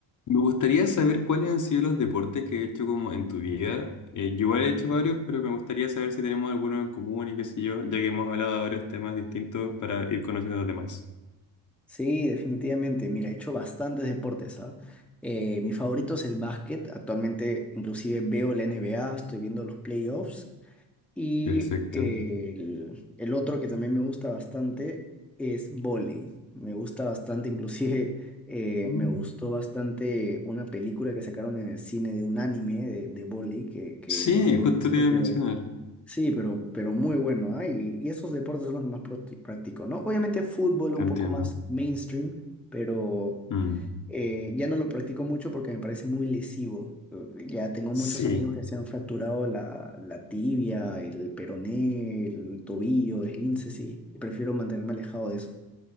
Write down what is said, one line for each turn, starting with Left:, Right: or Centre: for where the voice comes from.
Left: Me gustaría saber cuáles han sido los deportes que he hecho como en tu vida. Eh, yo igual he hecho varios, pero me gustaría saber si tenemos algunos en común y qué sé yo, ya que hemos hablado de varios temas distintos para ir conociendo a los demás.
Centre: Sí, definitivamente. Mira, he hecho bastantes deportes, ¿ah? Eh, mi favorito es el básquet. Actualmente inclusive veo la NBA, estoy viendo los playoffs. Y
Left: Perfecto.
Centre: eh, el, el otro que también me gusta bastante es vóley. Me gusta bastante, inclusive <laughs> eh,
Left: Mm.
Centre: me gustó bastante una película que sacaron en el cine de un anime de, de vóley que, que
Left: Sí,
Centre: no lo había
Left: justo
Centre: visto,
Left: te iba
Centre: pero
Left: a mencionar.
Centre: Sí, pero, pero muy bueno, ¿ah? Y, y esos deportes son los que más practi- practico, ¿no? Obviamente fútbol un
Left: Entiendo.
Centre: poco más mainstream, pero
Left: Mm.
Centre: eh, ya no lo practico mucho porque me parece muy lesivo. Eh, Ya tengo
Left: Sí,
Centre: muchos amigos que se han fracturado la, la tibia, el peroné, el tobillo, esguinces, y, y prefiero mantenerme alejado de eso.